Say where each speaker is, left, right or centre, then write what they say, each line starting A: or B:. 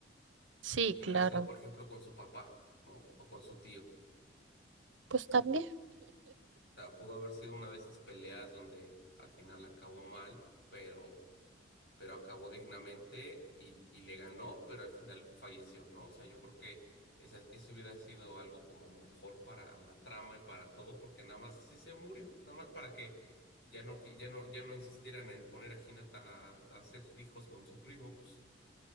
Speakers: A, on the right; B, on the left.
A: Sí,
B: o sea, que
A: claro.
B: hubiera sido, por ejemplo, con su papá, ¿no? O con su tío.
A: Pues también.
B: sea, pudo haber sido una de esas peleas donde al final acabó mal, pero, pero acabó dignamente y, y le ganó, pero al final falleció, ¿no? O sea, yo creo que esa, eso hubiera sido algo como mejor para la trama y para todo, porque nada más así se murió, nada más para que ya no, qui- ya no, ya no insistieran en poner a Hinata a, a hacer hijos con su primo, pues,